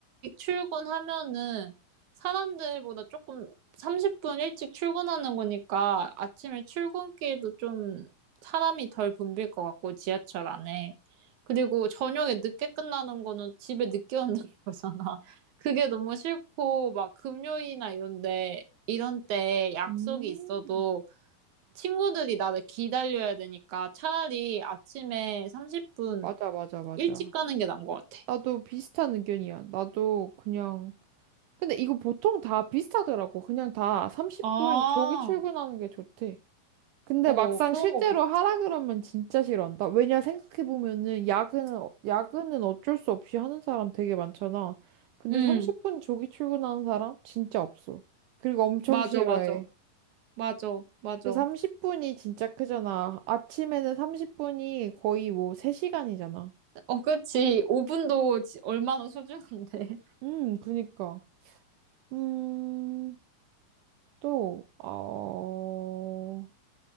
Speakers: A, on the right; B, on the right.
A: 출근하면은 사람들보다 조금 30분 일찍 출근하는 거니까 아침에 출근길도 좀 사람이 덜 붐빌 것 같고 지하철 안에. 그리고 저녁에 늦게 끝나는 거는 집에 늦게 온다는 <laughs> 거잖아. 그게 너무 싫고 막 금요일이나 이런데 이런 때 약속이
B: 음.
A: 있어도 친구들이 나를 기다려야 되니까 차라리 아침에 30분
B: 맞아, 맞아, 맞아.
A: 일찍 가는 게 나은 것 같아.
B: 나도 비슷한 의견이야. 나도 그냥. 근데 이거 보통 다 비슷하더라고. 그냥 다 30분
A: 아,
B: 조기 출근하는 게 좋대. 근데
A: 어,
B: 막상
A: 그런
B: 실제로
A: 것 같아.
B: 하라 그러면 진짜 싫어한다. 왜냐 생각해보면은 야근은, 어- 야근은 어쩔 수 없이 하는 사람 되게 많잖아. 근데
A: 응,
B: 30분 조기 출근하는 사람 진짜 없어. 그리고 엄청
A: 맞아,
B: 싫어해.
A: 맞아. 맞아, 맞아.
B: 그 30분이 진짜 크잖아. 아침에는 30분이 거의 뭐 3시간이잖아.
A: 어, 그치. 5분도 얼마나 소중한데. <laughs>
B: 음, 그니까. 음, 또, 어,